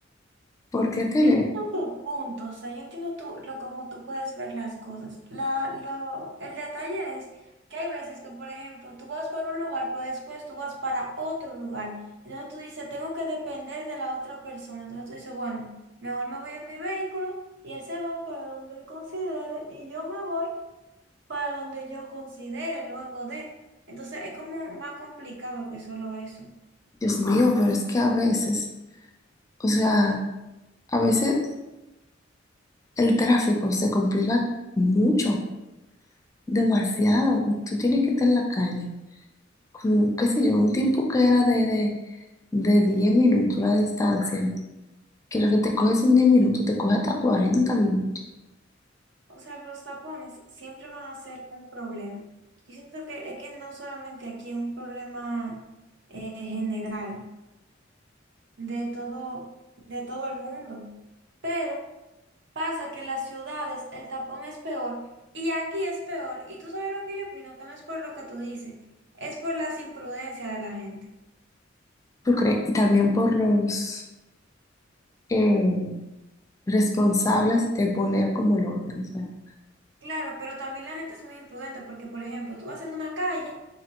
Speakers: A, on the left; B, on the right.
A: ¿Por qué tener?
B: Yo no entiendo tu punto, o sea, yo entiendo tú, lo cómo tú puedes ver las cosas. La, lo, el detalle es que hay veces que, por ejemplo, tú vas para un lugar, pero después tú vas para otro lugar. Entonces tú dices, tengo que depender de la otra persona. Entonces tú dices, bueno, mejor me voy en mi vehículo y él se va para donde él considere y yo me voy para donde yo considere luego de. Entonces es como más complicado que solo eso.
A: Dios mío, pero es que a veces, o sea, a veces el tráfico se complica mucho, demasiado, y tú tienes que estar en la calle. como, qué sé yo, un tiempo que era de, de, de 10 minutos la distancia, que lo que te coges son 10 minutos, te coge hasta cuarenta minutos.
B: O sea, los tapones siempre van a ser un problema. Yo siento que es que no solamente aquí es un problema eh, general de todo, de todo el mundo. Pero pasa que en las ciudades el tapón es peor y aquí es peor. Y tú sabes lo que yo opino, que no es por lo que tú dices, es por las imprudencias de la gente.
A: ¿Tú crees? Y también por los eh, responsables de poner como el orden, o sea.
B: Claro, pero también la gente es muy imprudente porque, por ejemplo, tú vas en una calle,